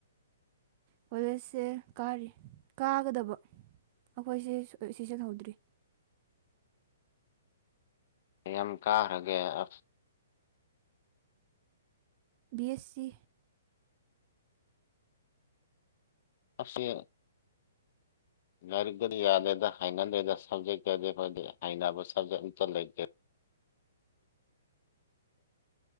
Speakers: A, on the right (about 40°); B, on the left (about 50°).
A: ꯀꯂꯦꯖꯁꯦ ꯀꯥꯔꯤ ꯀꯥꯒꯗꯕ ꯑꯩꯈꯣꯏꯁꯦ ꯁꯤꯖꯤꯍꯧꯗ꯭ꯔꯤ
B: ꯌ ꯀꯥ ꯍꯒꯦ ꯑ
A: ꯕꯤ ꯑꯦꯁ ꯁꯤ
B: ꯑꯦ ꯂꯥꯏꯔꯤꯛꯇꯨꯗꯤ ꯌꯥꯗꯦꯗ ꯍꯅꯗꯦꯗ ꯁꯞꯖꯦꯛꯇꯗꯤ ꯑꯩꯈꯣꯏꯗꯤ ꯍꯩꯅꯅꯕ ꯁꯕꯖꯦꯛ ꯑꯝꯇ ꯂꯩꯇꯦ